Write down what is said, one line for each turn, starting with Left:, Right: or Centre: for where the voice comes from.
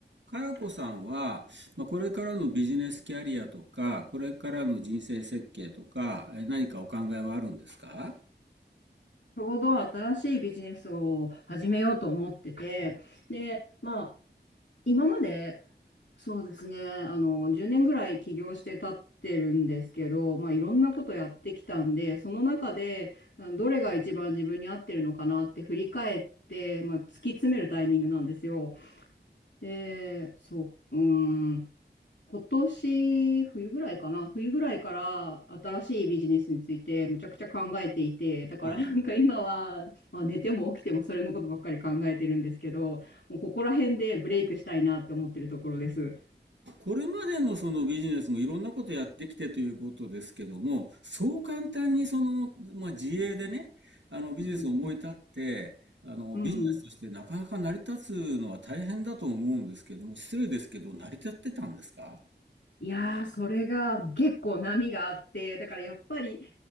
Right: かやこさんは、まあ、これからのビジネスキャリアとか、これからの人生設計とか、え何かお考えはあるんですか
Left: ちょうど新しいビジネスを始めようと思ってて、で、まあ、今まで、そうですね、あの、10年ぐらい起業して経ってるんですけど、まあ、いろんなことやってきたんで、その中で、あのどれが一番自分に合ってるのかなって振り返って、まあ、突き詰めるタイミングなんですよ。で、そう、うーん。今年冬ぐらいかな冬ぐらいから新しいビジネスについてむちゃくちゃ考えていて、だから
Right: あ
Left: <laughs> なんか今は、まあ、寝ても起きてもそれのことばっかり考えてるんですけど、もうここら辺でブレイクしたいなって思ってるところです。
Right: これまでのそのビジネスもいろんなことやってきてということですけども、そう簡単にその、まあ、自営でね、あのビジネスを思い立って、
Left: うん
Right: あのビジネスとしてなかなか成り立つのは大変だと思うんですけども、
Left: うん
Right: 失礼ですけど、成り立ってたんですか
Left: いやー、それが結構波があって、だからやっぱり、